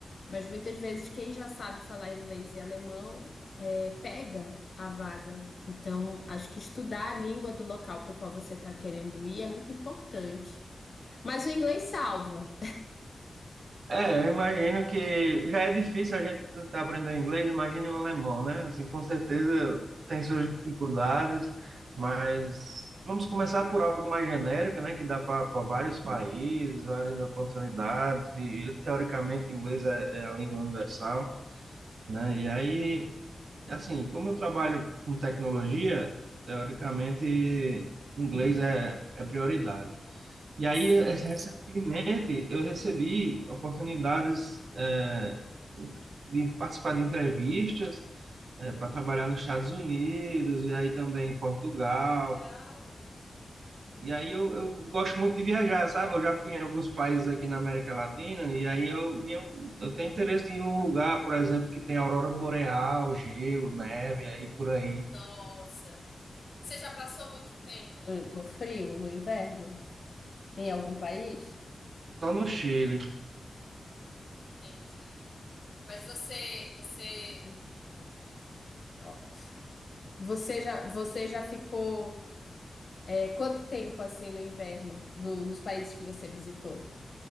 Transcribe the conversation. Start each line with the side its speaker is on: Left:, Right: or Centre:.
Left: mas muitas vezes quem já sabe falar inglês e alemão é, pega a vaga. Então, acho que estudar a língua do local para o qual você está querendo ir é muito importante. Mas o inglês salva.
Right: É, eu imagino que já é difícil a gente estar aprendendo inglês, imagine um alemão, né? Assim, com certeza tem suas dificuldades, mas vamos começar por algo mais genérico, né? Que dá para vários países, várias oportunidades, e, e, teoricamente inglês é, é a língua universal, né? E aí, assim, como eu trabalho com tecnologia, teoricamente inglês é, é prioridade. E aí,
Left: Sim,
Right: eh, recentemente, eu recebi oportunidades eh, de participar de entrevistas para trabalhar nos Estados Unidos e aí também em Portugal.
Left: legal.
Right: E aí eu, eu gosto muito de viajar, sabe? Eu já fui em alguns países aqui na América Latina e aí eu, minha- eu tenho interesse em ir num lugar, por exemplo, que tem aurora boreal, gelo, neve, aí por aí.
Left: Nossa. Você já passou muito tempo no... No frio, no inverno, em algum país?
Right: Só no Chile.
Left: Entendi. Mas você, você... Ó, Você já, você já ficou é, quanto tempo assim no inverno do, dos países que você visitou?